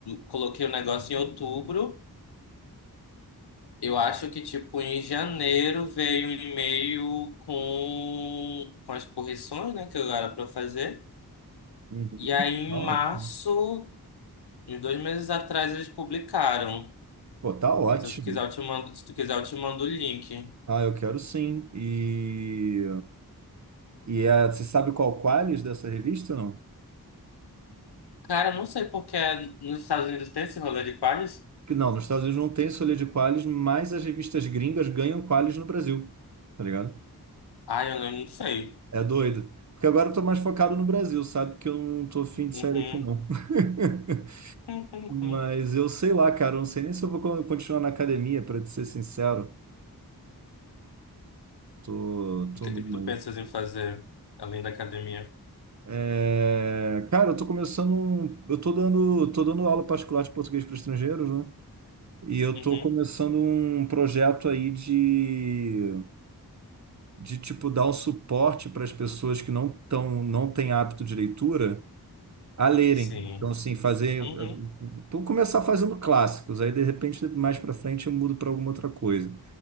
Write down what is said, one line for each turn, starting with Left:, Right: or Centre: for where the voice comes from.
Left: coloquei o negócio em outubro, Eu acho que, tipo, em janeiro veio um e-mail com, com as correções, né, que eu era pra eu fazer.
Right: Uhum,
Left: E aí, em
Right: tá ótimo.
Left: março, uns dois meses atrás, eles publicaram.
Right: Pô, tá ótimo.
Left: Se tu quiser, eu te mando, se tu quiser, eu te mando o link.
Right: Ah, eu quero sim. E, e é, você sabe qual Qualis dessa revista, não?
Left: Cara, eu não sei porque nos Estados Unidos tem esse rolê de pares.
Right: Que não, nos Estados Unidos não tem solha de Qualis, mas as revistas gringas ganham Qualis no Brasil, tá ligado?
Left: Ah, eu não sei.
Right: É doido. Porque agora eu tô mais focado no Brasil, sabe? Que eu não tô afim de
Left: Uhum.
Right: sair daqui, não.
Left: <laughs>
Right: <laughs>
Left: Uhum. uhum.
Right: Mas eu sei lá, cara, eu não sei nem se eu vou con- continuar na academia, Para te ser sincero. Tô, tô
Left: O que
Right: numa
Left: que tu
Right: aí.
Left: pensas em fazer além da academia?
Right: É, cara, eu tô começando, um- eu tô dando, tô dando aula particular de português para estrangeiros, né? E eu
Left: Uhum.
Right: tô começando um projeto aí de, de tipo dar um suporte para as pessoas que não tão, não têm hábito de leitura a lerem.
Left: Sim.
Right: Então, assim, fazer,
Left: Uhum.
Right: vou começar fazendo clássicos, aí de repente mais para frente eu mudo para alguma outra coisa.